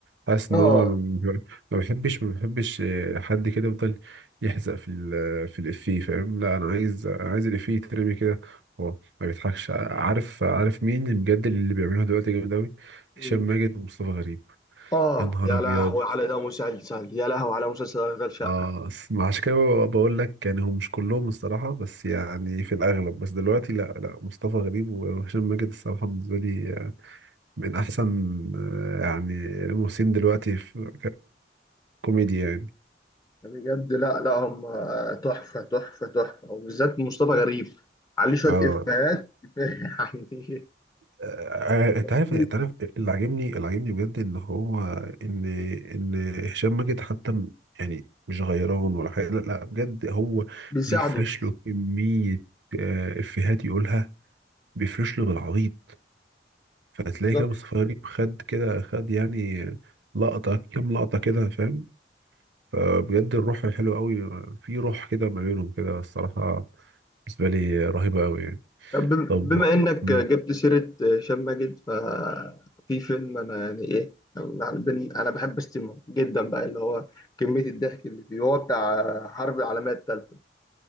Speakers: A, on the right; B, on the left.
A: حاسس
B: اه
A: ان هو ما بحبش ما بحبش آه، حد كده يفضل يحزق في ال... في الافيه فاهم لا انا عايز انا عايز الافيه يترمي كده هو ما بيضحكش عارف عارف مين بجد اللي بيعملها دلوقتي جامد قوي
B: مين
A: هشام ماجد ومصطفى غريب
B: اه
A: يا نهار
B: يا
A: ابيض
B: لهوي على ده مسلسل يا لهوي على مسلسل اشغال شقه
A: اه س- عشان كده ب- بقول لك يعني هم مش كلهم الصراحة بس يعني في الأغلب بس دلوقتي لا لا مصطفى غريب وهشام ماجد الصراحة بالنسبة لي آه، من أحسن آه، يعني الممثلين دلوقتي في كوميديا يعني
B: يعني بجد لا لا هم تحفه تحفه تحفه وبالذات مصطفى غريب عليه شويه
A: اه
B: افيهات <laughs>
A: آه، انت
B: يعني
A: عارف انت عارف اللي عاجبني اللي عاجبني بجد ان هو ان ان هشام ماجد حتى م- يعني مش غيران ولا حاجة لا لا، بجد هو
B: بيساعده
A: بيفرش له كمية آه، إفيهات يقولها بيفرش له بالعبيط فهتلاقي
B: بالظبط
A: كده مصطفى غريب خد كده خد يعني لقطة كام لقطة كده فاهم فبجد الروح حلوة قوي في روح كده ما بينهم كده الصراحة بالنسبة لي رهيبة قوي يعني
B: طب بم-
A: طب
B: بما انك
A: مم.
B: جبت سيره هشام ماجد ففي فيلم انا يعني ايه يعني بن- انا بحب استمه جدا بقى اللي هو كميه الضحك اللي فيه هو بتاع حرب العالميه الثالثه